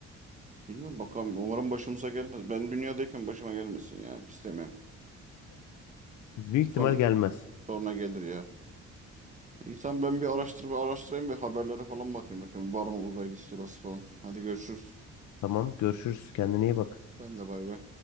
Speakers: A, on the right (about 25°); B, on the left (about 75°).
A: Bilmiyorum bakalım. Umarım başımıza gelmez. Ben dünyadayken başıma gelmesin ya. İstemiyorum.
B: Büyük
A: Son,
B: ihtimal gelmez.
A: sonra gelir ya. İyi tamam ben bir araştır, bir araştırayım bir haberlere falan bakayım bakayım. Var mı uzaylı istilası falan. Hadi görüşürüz.
B: Tamam görüşürüz kendine iyi bak.
A: Sen de bay bay.